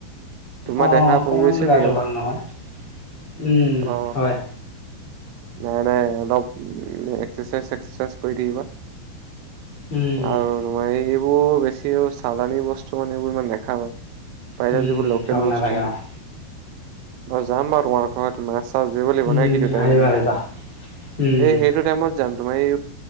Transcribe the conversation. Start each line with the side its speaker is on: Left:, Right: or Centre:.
Right: তোমাৰ
Left: অ,
Right: দেহা
Left: অকমান
Right: পৰি গৈছে
Left: গাটো
Right: নি?
Left: ভাল নহয়। উম
Right: অ
Left: হয়।
Right: নাই- নাই অলপ উম, এক্সাৰচাইজ সেচ্ছেৰচাইজ কৰি থাকিবা।
Left: উম,
Right: আৰু তোমাৰ এইবোৰ বেছি চালানি বস্তু মানে এইবোৰ ইমান নেখাবা। পাৰিলা
Left: উম,
Right: যিবোৰ লোকেল
Left: চাব
Right: বস্তু
Left: নালাগে অ'।
Right: অ, যাম বাৰু তোমাৰ ঘৰত মাছ থাচ ধৰিব লাগিব
Left: উম,
Right: নাই কি দুটাই
Left: আহিবা
Right: মিলি।
Left: আহিবা। উম,
Right: এ সেইটো টাইমত যাম তোমাৰ এই